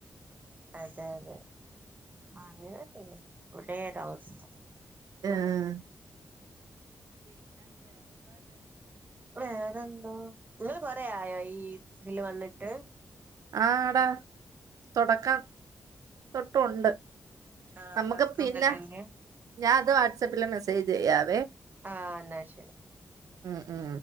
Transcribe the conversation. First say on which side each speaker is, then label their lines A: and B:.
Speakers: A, on the right; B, on the right.
A: അതെ അതെ അങ്ങനെ ഇവിടെ ഒരു അവസ്ഥ
B: ആഹ
A: വേറെന്തോ കൊറ ആയോ ഈ ഇതിൽ വന്നിട്ട്
B: ആ ആട തുടക്കം തൊട്ടുണ്ട്
A: ആഹ
B: നമുക്ക്
A: തൊടക്കമുതലെന്നെ
B: പിന്നെ ഞാൻ അത് വാട്സ്ആപ്പ് മെസ്സേജ് ചെയ്യാവേ
A: ആഹ് എന്നാ ശരി
B: ഉ ഉ